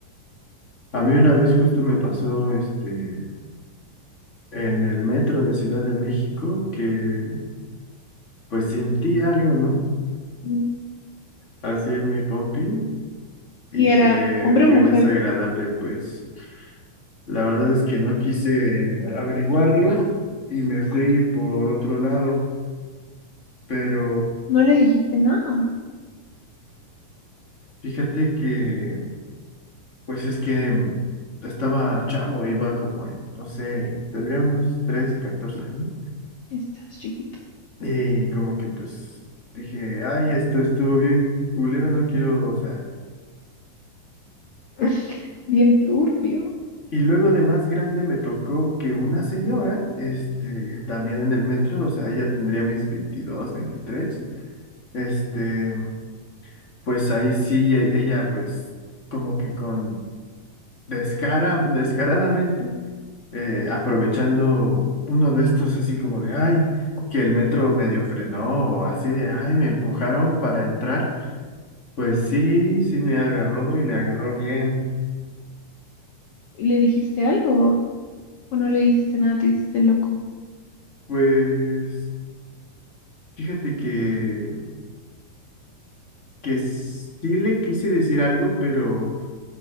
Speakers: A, on the left; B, on the left.
A: A mí una vez justo me pasó este en el metro de Ciudad de México que pues sentí algo, ¿no?
B: mm,
A: Así en mi pompi y
B: y era
A: fue
B: hombre
A: muy
B: o mujer,
A: desagradable, pues la verdad es que no quise averiguarlo y me fui por otro lado, pero
B: no le dijiste nada.
A: fíjate que pues es que mm, estaba chavo, iba como en, no sé, tendría unos 13, 14 años.
B: Estás chiquito.
A: Y como que pues dije, ay, esto estuvo bien culero, no quiero, o sea.
B: <laughs> Bien
A: Y,
B: turbio.
A: y luego de más grande me tocó que una señora, este, también en el metro, o sea, ella tendría mis veintidós veintitrés este, pues ahí sí, e- ella pues como que con descara, descaradamente, eh, aprovechando uno de estos así como de, ay, que el metro medio frenó o así de, ay, me empujaron para entrar. Pues sí, sí me agarró y me agarró bien.
B: ¿Y le dijiste algo? ¿O no le dijiste nada? Te hiciste loco.
A: Pues fíjate que, que sí le quise decir algo, pero